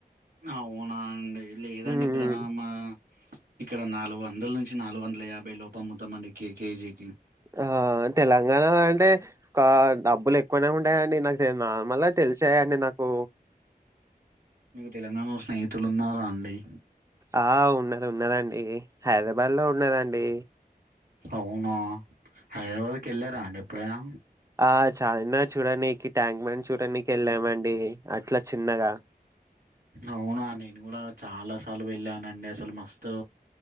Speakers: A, on the right (about 70°); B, on the right (about 20°).
A: అవునా అండి లేదండి
B: ఉమ్
A: ఇక్కడ మా ఇక్కడ నాలుగు మూడు వందల నుంచి నాలుగు వందల యాభై లోపల ఉంటాదండి కే కేజీకి
B: ఆ తెలంగాణ అంటే డబ్బులు ఎక్కువనే ఉంటాయండి మళ్ళా తెలిసాయండి నాకు
A: మీకు తెలంగాణలో స్నేహితులు ఉన్నారా అండి
B: ఆ ఉన్నది ఉన్నదండీ హైదరాబాద్ లో ఉన్నదండీ
A: అవునా హైరాబాద్కి ఎళ్ళారా అండి ఎప్పుడైనా
B: ఆ చాన్నార్ చూడనీకి ట్యాంక్ బండ్ చూడనికి ఎళ్ళామండి అట్లా చిన్నగా
A: అవునా నేను గూడా చాలా సార్లు వెళ్ళానండి అసలు మస్ తు